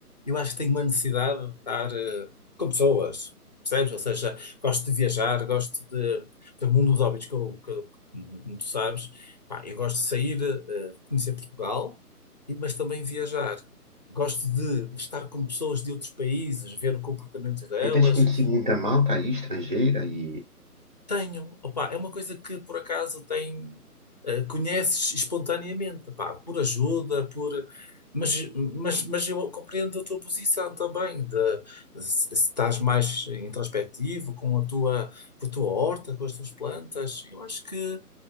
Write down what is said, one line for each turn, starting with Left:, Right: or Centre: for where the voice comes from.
Left: Eu acho que tenho uma necessidade de estar eh, com pessoas, percebes? Ou seja, gosto de viajar, gosto de, do mundo dos hobbies, que eu, que, eu- como tu sabes. Pá, eu gosto de sair, eh, conhecer Portugal, e- mas também viajar. Gosto de estar com pessoas de outros países, ver o comportamento delas,
Right: E tens conhecido muita malta aí, estrangeira, e
Left: tenho, opá, é uma coisa que por acaso tem, eh, conheces espontaneamente, opá, por ajuda, por. Mas, mas, mas eu compreendo a tua posição também, de, se se estás mais introspectivo com a tua, com a tua horta, com as tuas plantas, eu acho que